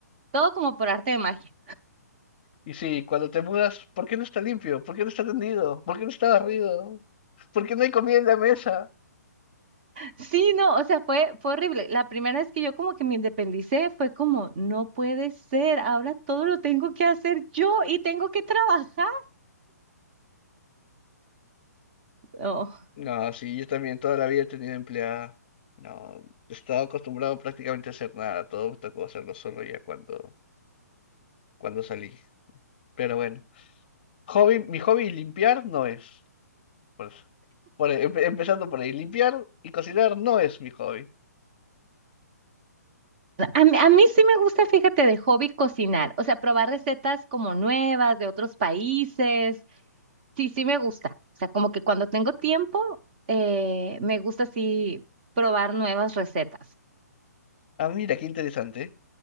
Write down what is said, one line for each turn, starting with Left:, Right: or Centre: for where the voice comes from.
Right: todo como por arte de magia.
Left: y sí, cuando te mudas, ¿por qué no está limpio? ¿Por qué no está tendido? ¿Por qué no está barrido? ¿Por qué no hay comida en la mesa?
Right: Sí, no, o sea, fue, fue horrible. La primera vez que yo como que me independicé fue como, no puede ser, ahora todo lo tengo que hacer yo y tengo que trabajar. Oh.
Left: No, sí, yo también toda la vida he tenido empleada. No, estaba acostumbrado prácticamente a hacer nada, todo me tocó hacerlo solo ya cuando, cuando salí. Pero bueno, hobby, mi hobby limpiar no es. Por eso. Por ahí, empe- empezando por ahí, limpiar y cocinar no es mi hobby.
Right: A mí, a mí sí me gusta, fíjate, de hobby cocinar, o sea, probar recetas como nuevas de otros países. Sí, sí me gusta. O sea, como que cuando tengo tiempo, eh, me gusta así probar nuevas recetas.
Left: Ah, mira, qué interesante, ¿eh?